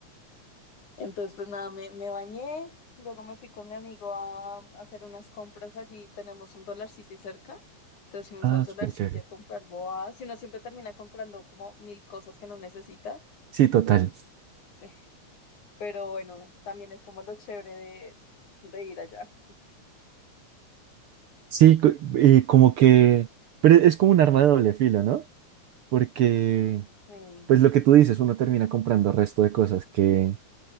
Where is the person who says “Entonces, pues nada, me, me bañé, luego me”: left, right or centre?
Left